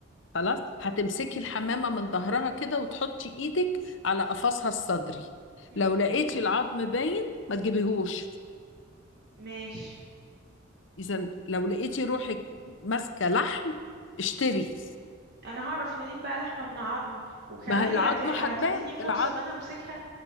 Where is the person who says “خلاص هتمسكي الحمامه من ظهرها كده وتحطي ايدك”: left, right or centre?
Left